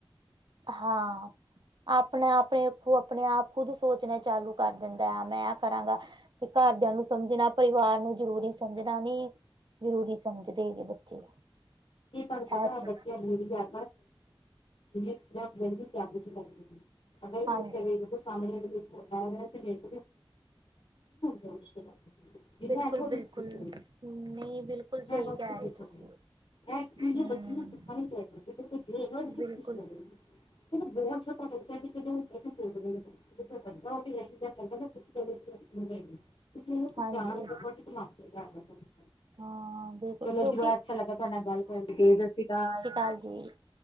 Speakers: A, on the right; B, on the left.
A: ਹਾਂ। ਆਪਣੇ- ਆਪਣੇ ਖੁ ਆਪਣੇ ਆਪ ਖੁਦ ਸੋਚਣਾ ਚਾਲੂ ਕਰ ਦਿੰਦਾ, ਮੈਂ ਐਂ ਕਰਾਂਗਾ ਤੇ ਘਰਦਿਆਂ ਨੂੰ ਸਮਝਣਾ ਪਰਿਵਾਰ ਨੂੰ ਜਰੂਰੀ ਸਮਝਣਾ ਨੀ, ਜ਼ਰੂਰੀ ਸਮਝਦੇ ਗੇ ਬੱਚੇ।
B: ਕੀ ਤੁਹਾਨੂੰ
A: ਇਹ
B: ਪਤਾ
A: ਚ
B: ਬੱਚਿਆਂ ਲਈ <unintelligible> ਦੁਨੀਆਂ ਚ ਜਲਦੀ ਕਿਆ ਕੁਛ ਅਗਰ <unintelligible>
A: ਹਾਂਜੀ
B: <unintelligible> ਸਾਮਣੇ ਕੋਈ ਬੰਦਾ ਆਂਦਾ ਤੇ ਨਹੀਂ ਉ ਇਹੋਸ਼ <unintelligible>
A: ਬਿਲਕੁਲ ਬਿਲਕੁਲ ਨਹੀਂ ਬਿਲਕੁਲ ਸਹੀ
B: ਮੈਂ ਬੱਚੇ
A: ਕਹਿ ਰਹੇ
B: ਪੁੱਛਣ
A: ਤੁਸੀਂ
B: ਗਈ, ਹੈਂ। ਇਸ
A: ਹਮ
B: ਬੱਚੇ ਨੂੰ ਸਿਖਾਈ ਜਾਵੇ, ਚਾਹੀਦੀ ਖੁਸ਼ੀ <unintelligible>
A: ਬਿਲਕੁਲ
B: ਏ ਨ ਬਹੁਤ ਛੋਟਾ ਹੋ ਬੱਚੇ ਵੀ ਜਦੋਂ ਅਸੀੇ ਸ <unintelligible> <unintelligible> ਇਸ ਲਈ ਸਰਕਾਰ
A: ਹਾਂਜੀ
B: ਬੜੇ ਧਮਾਕੇ ਕਰ ਰਹੀ ਐ,
A: ਹਾਂ ਬਿਲਕੁਲ
B: ਚਲੋ
A: ਕਿਉਂਕਿ
B: ਜੀ, ਬੜਾ ਅੱਛਾ ਲਗਾ ਤੁਹਾਡੇ ਨਾਲ ਗੱਲ ਕਰਕੇ, ਸਾਸਰੀ ਕਾਲ।
A: ਕਾਲ ਜੀ।